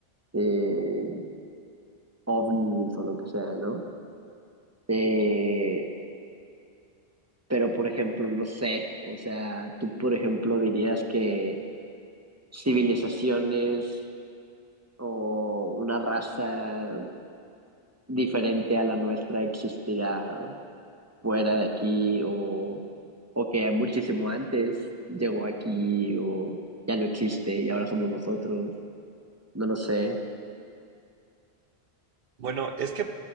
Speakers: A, on the right; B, on the right.
A: eh, ovnis o lo que sea, ¿no? Eh, pero, por ejemplo, no sé, o sea, tú, por ejemplo, dirías que civilizaciones o una raza diferente a la nuestra existirá fuera de aquí o, o que muchísimo antes llegó aquí o ya no existe y ahora somos nosotros, no lo sé.
B: Bueno, es que, eh,